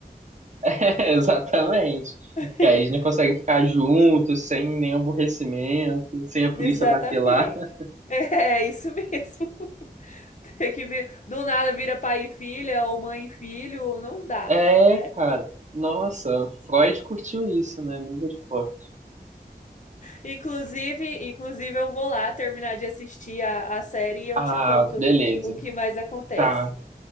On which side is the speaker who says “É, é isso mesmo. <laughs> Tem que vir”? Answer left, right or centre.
Left